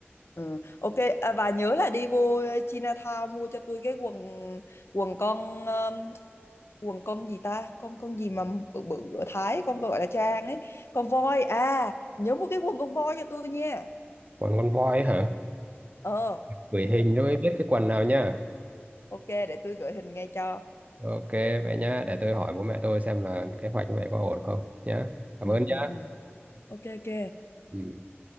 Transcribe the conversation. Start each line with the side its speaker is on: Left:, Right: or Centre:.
Left: Ừ. Ok à, và nhớ là đi vô ờ, Chinatown mua cho tôi cái quần quần con um, quần con gì ta con con gì mà bự bự ở Thái con gọi là Trang ấy con voi à nhớ mua cái quần con voi cho tôi nha
Right: còn con voi ấy hả
Left: ờ
Right: gửi hình cho mới biết cái quần nào nhá
Left: ok để tôi gửi hình ngay cho
Right: ok vậy nhá để tôi hỏi bố mẹ tôi xem là kế hoạch như vậy có ổn không nhá cảm
Left: ừ,
Right: ơn nhá
Left: ừ, ừ. ok ok
Right: ừ.